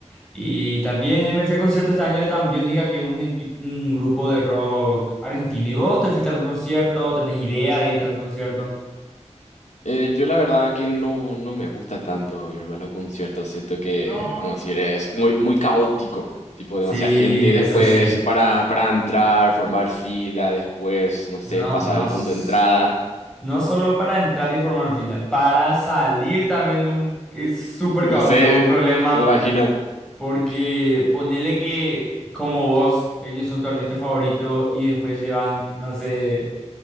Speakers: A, in the centre; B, on the left.
A: Y también me fui al concierto este año de Tambiónica, que es un, equi- un grupo de rock argentino. ¿Y vos te fuiste a un concierto? ¿Tenés idea de irte a un concierto?
B: Eh, yo la verdad que no, no me gusta tanto irme a los conciertos, siento que,
A: No.
B: vamos a decir, es muy, muy caótico, tipo
A: Sí,
B: demasiada gente después
A: eso sí.
B: para, para entrar, formar fila, después, no sé,
A: No,
B: pasa
A: no,
B: algo
A: s-
B: con tu entrada,
A: no solo para entrar y formar fila, para salir también un, es súper
B: <laughs> no
A: caótico,
B: sé,
A: un problema,
B: me imagino,
A: porque ponele que como vos, ellos son tu artista favorito y después se van, no sé,